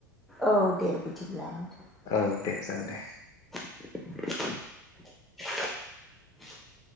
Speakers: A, in the centre; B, on the left.
A: औ दे बिदिब्ला नोंथां
B: औ दे जागोन दे
A: <unintelligible>